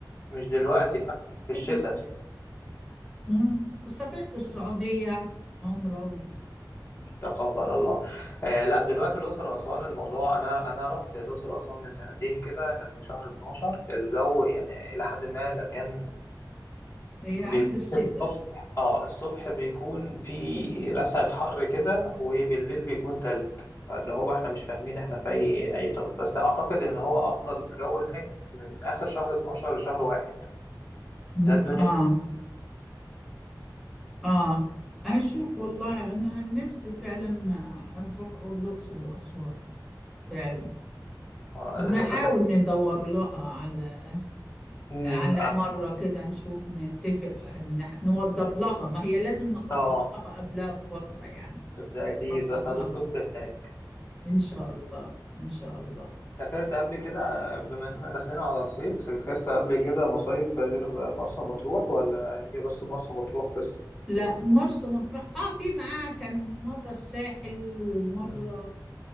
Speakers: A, on the left; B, in the centre.
A: مش دلوقتي بقى في
B: وربنا
A: الشتاء
B: مم. سافرت السعودية عمرة
A: تقبل الله آه لا دلوقتي الأقصر أسوان الموضوع أنا أنا رحت الأقصر أسوان من سنتين كده كان في شهر 12 الجو يعني إلى حد ما لا كان
B: وهي عايزة
A: بيكون
B: الشتاء
A: الصبح اه الصبح بيكون في لسعة حر كده وبالليل بيكون تلج فاللي هو احنا مش فاهمين احنا في أي أي تلج بس أعتقد إن هو أفضل جو هناك من آخر شهر 12 لشهر واحد
B: مم.
A: ده الدنيا
B: اه آه أشوف والله أنا عن نفسي فعلا آه، أروح الأقصر وأسوان فعلا
A: آه،
B: نحاول
A: سافرت
B: ندور لها على
A: مم،
B: على
A: اه
B: مرة كده نشوف نتفق نح- نوضب لها ما هي لازم نخطط
A: آه،
B: لها قبلها بفترة يعني
A: ده أكيد
B: نخطط
A: بس هتتبسط
B: لها
A: هناك
B: إن شاء الله إن شاء الله
A: سافرت قبل كده بما اننا داخلين على الصيف سافرت قبل كده مصايف غير مرسى مطروح ولا هي بس مرسى مطروح بس
B: لا مرسى مطروح آه في معاه كان مرة الساحل ومرة
A: مم.